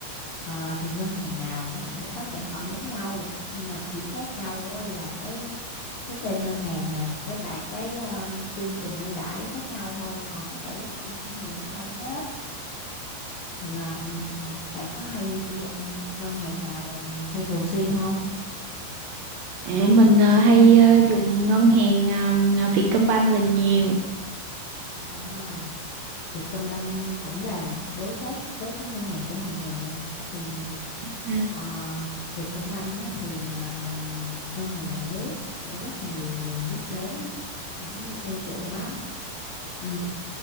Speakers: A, on the left; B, on the right.
A: ờ, thì ngân hàng nào cũng sẽ có sản phẩm giống nhau nhưng mà chỉ khác nhau á là cái cái tên ngân hàng nè với lại cái um, chương trình ưu đãi khác nhau thôi còn tất cả các sản phẩm đều giống nhau hết thì um, bạn có hay sử dụng ngân hàng nào hay thường xuyên không?
B: À, mình ờ, hay ờ, dùng ngân hàng um, Vietcombank là nhiều
A: À, Vietcombank cũng là đối tác với cái ngân hàng của mình nè thì
B: Ừ.
A: Ờ, Vietcombank á, thì ờ, ngân hàng nhà nước sẽ rất là nhiều người biết đến á, cũng ưa chuộng lắm. Ừ.